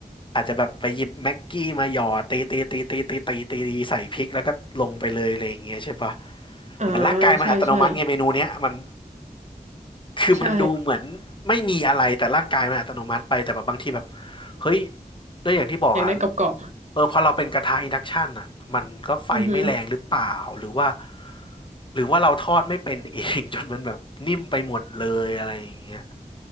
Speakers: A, on the left; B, on the right.
A: อาจจะแบบไปหยิบแม็กกี้มาหยอดตีตีตีตีตีตีตีตีใส่พริกแล้วก็ลงไปเลยอะไรอย่างเงี้ยใช่ปะ
B: อ่า
A: เหมือนร่างกายมันอัตโนมัติไงเมนูเนี้ยมัน
B: ใช่ใช่
A: คือมันดูเหมือนไม่มีอะไรแต่ร่างกายมันอัตโนมัติไปแต่แบบบางทีแบบ
B: ใช่
A: เฮ้ยด้วยอย่างที่บอกอ่ะ
B: อยากได้กรอบ
A: เออพอเราเป็นกระทะอินดักชันอ่ะมันก็ไฟไม่แรงหรือเปล่าหรือว่า
B: ๆอือฮึ
A: หรือว่าเราทอดไม่เป็นเอง <laughs> จนมันแบบนิ่มไปหมดเลยอะไรอย่างเงี้ย